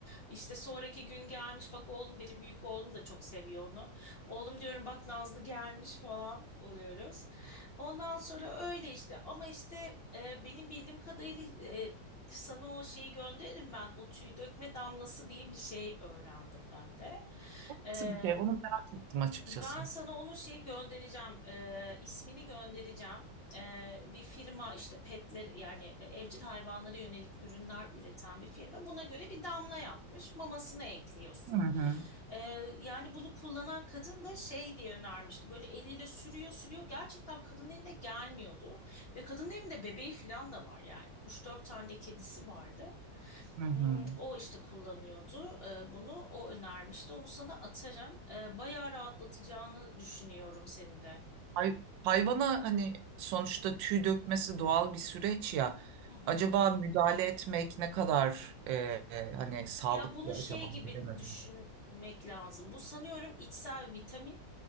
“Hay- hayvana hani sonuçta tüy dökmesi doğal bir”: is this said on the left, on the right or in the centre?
Right